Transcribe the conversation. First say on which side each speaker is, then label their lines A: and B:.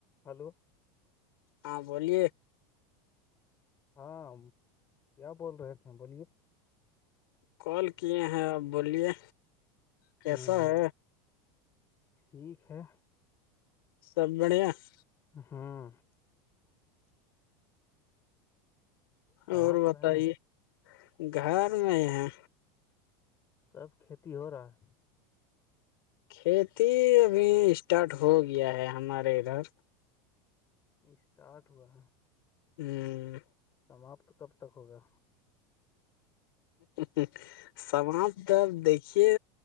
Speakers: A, on the left; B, on the left.
A: hello
B: ہاں بولیے
A: ہاں کیا بول رہے تھے بولیے
B: کال کیے ہیں اب بولیے کیسا
A: ہ
B: ہے
A: ٹھیک ہے
B: سب بڑھیا <inaudible>
A: ہاں کہاں
B: اور
A: پر
B: بتائیے
A: ہیں
B: گھر میں ہے
A: تب کھیتی ہو رہا ہے
B: کھیتی ابھی اسٹارٹ ہو گیا ہے ہمارے ادھر
A: اسٹارٹ ہوا
B: ہوں
A: سماپت کب تک ہوگا
B: <inaudible> سمج د دیکھیے